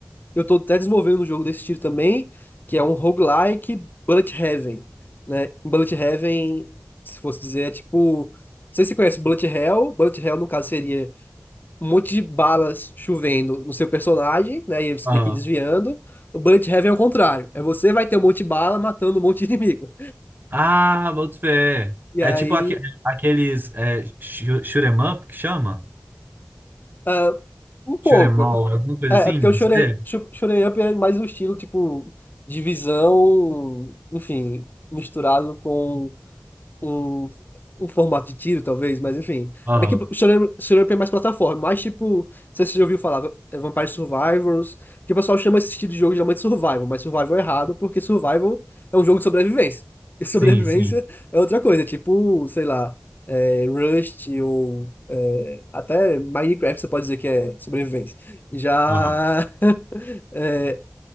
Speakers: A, on the left; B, on the right.
A: eu tô até desenvolvendo um jogo desse estilo também, que é um roguelike Bullet Heaven, né? Bullet Heaven, se fosse dizer, é tipo... Não sei se você conhece Bullet Hell. Bullet Hell, no caso, seria um monte de balas chovendo no seu personagem, né? E aí você
B: Aham.
A: tem que ir desviando. O Bullet Heaven é o contrário. É você vai ter um monte de bala matando um monte de inimigo.
B: Ah, boto fé.
A: E
B: É
A: aí...
B: tipo aque- aqueles é, shu- shoot 'em up que chama?
A: ah, um pouco.
B: Shoot 'em all,
A: É, por-
B: alguma coisa
A: é,
B: assim?
A: é porque o Shonen
B: É.
A: Sho- Shonen Up é mais um estilo, tipo, de visão, enfim, misturado com o, o formato de tiro, talvez, mas enfim.
B: Aham.
A: É bem que o Shonen Shonen Jump é mais plataforma, mais tipo, não sei se você já ouviu falar, é Vampire Survivors, que o pessoal chama esse estilo de jogo geralmente de Survival, mas Survival é errado, porque Survival é um jogo de sobrevivência. E sobrevivência
B: Sim, sim.
A: é outra coisa, tipo, sei lá, é, Rust ou é, até Minecraft você pode dizer que é sobrevivência. Já
B: Aham.
A: <laughs> é,